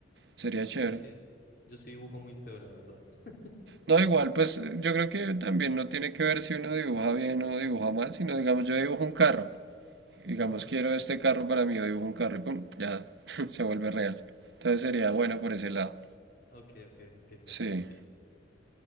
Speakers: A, on the right; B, on the left.
A: Sería
B: Ok,
A: chévere.
B: yo sí, yo sí dibujo muy feo, la verdad. <laughs>
A: No, igual, pues yo creo que también no tiene que ver si uno dibuja bien o dibuja mal, sino digamos yo dibujo un carro. Digamos
B: Ajá.
A: quiero este carro para mí, yo dibujo un carro y pum, ya <laughs> se vuelve real. Entonces sería bueno por ese lado.
B: Ok, ok, ok, te
A: Sí,
B: entiendo, sí.